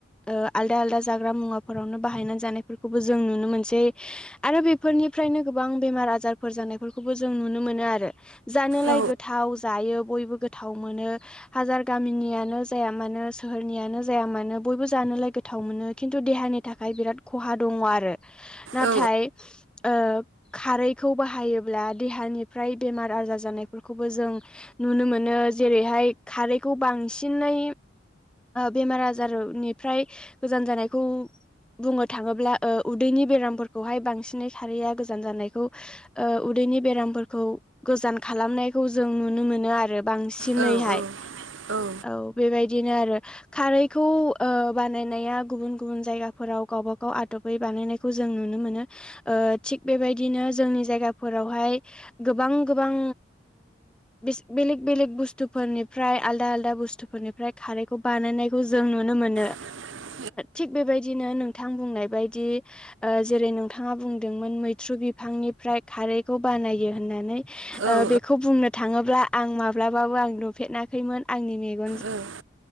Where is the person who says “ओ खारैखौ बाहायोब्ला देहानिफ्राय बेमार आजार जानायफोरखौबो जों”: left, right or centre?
Centre